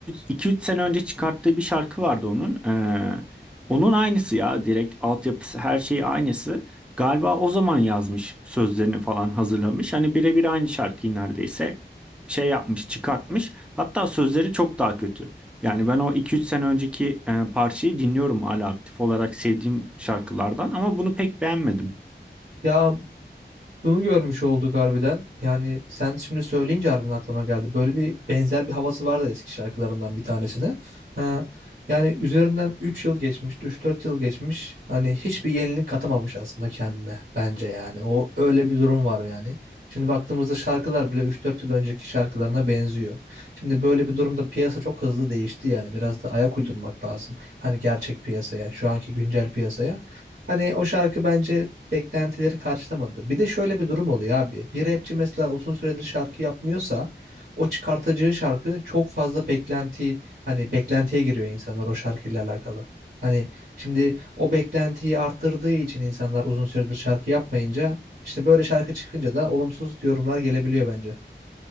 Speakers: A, in the centre; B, on the right.
A: iki üç sene önce çıkarttığı bir şarkı vardı onun. Ee, onun aynısı ya direkt altyapısı her şeyi aynısı. Galiba o zaman yazmış sözlerini falan hazırlamış. Hani birebir aynı şarkıyı neredeyse şey yapmış çıkartmış. Hatta sözleri çok daha kötü. Yani ben o iki üç sene önceki e, parçayı dinliyorum hala aktif olarak sevdiğim şarkılardan ama bunu pek beğenmedim.
B: Ya Şunu görmüş olduk harbiden. Yani sen şimdi söyleyince harbiden aklıma geldi. Böyle bir benzer bir havası vardı eski şarkılarından bir tanesine. Ha, yani üzerinden 3 yıl geçmiş, üç dört yıl geçmiş. Hani hiçbir yenilik katamamış aslında kendine bence yani. O öyle bir durum var yani. Şimdi baktığımızda şarkılar bile üç dört yıl önceki şarkılarına benziyor. Şimdi böyle bir durumda piyasa çok hızlı değişti yani. Biraz da ayak uydurmak lazım. Hani gerçek piyasaya, şu anki güncel piyasaya. Hani o şarkı bence beklentileri karşılamadı. Bir de şöyle bir durum oluyor abi. Bir rapçi mesela uzun süredir şarkı yapmıyorsa o çıkartacağı şarkı çok fazla beklenti hani beklentiye giriyor insanlar o şarkıyla alakalı. Hani şimdi o beklentiyi arttırdığı için insanlar uzun süredir şarkı yapmayınca işte böyle şarkı çıkınca da olumsuz yorumlar gelebiliyor bence.